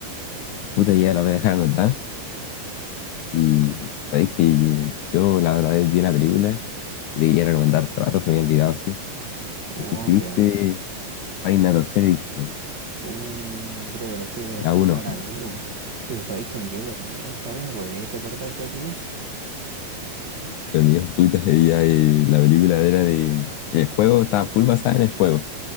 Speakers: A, on the left; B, on the right.
A: puta, ya la voy a dejar anotada y sabéis que yo, yo la otra vez vi una película que te quería recomendar hace rato, se me había olvidado, sí.
B: Uh,
A: No sé
B: ¿cómo
A: si
B: se
A: viste
B: llama?
A: Hay Nat Asterix, güey.
B: Uh, creo que la fui a ver al
A: La
B: cine
A: uno
B: con amigos. Pero sabéis que me quedé dormido, ¿sabéis? ¿Me podríais recordar de qué?
A: los mis putas, y hay- la película era de. El juego estaba full basada en el juego